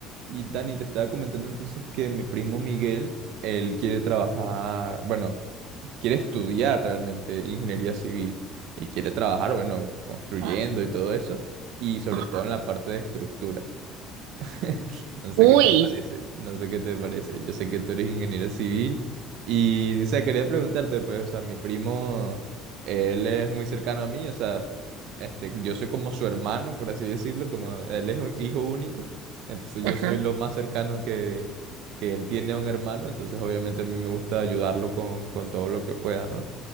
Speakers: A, on the right (about 70°); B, on the right (about 85°).
A: Y Dani, te estaba comentando entonces que mi primo Miguel, él quiere trabajar, bueno, quiere estudiar realmente ingeniería civil y quiere trabajar, bueno, construyendo
B: Ah,
A: y todo eso, y sobre
B: ajá.
A: todo en la parte de estructura. <laughs> No sé
B: Uy,
A: qué te parece, no sé qué te parece. Yo sé que tú eres ingeniero civil y, o sea, quería preguntarte, pues, o sea, mi primo, él es muy cercano a mí, o sea, este, yo soy como su hermano, por así decirlo, como él es un hijo único, entonces yo
B: ajá.
A: soy lo más cercano que, que él tiene a un hermano, entonces obviamente a mí me gusta ayudarlo con, con todo lo que pueda, ¿no?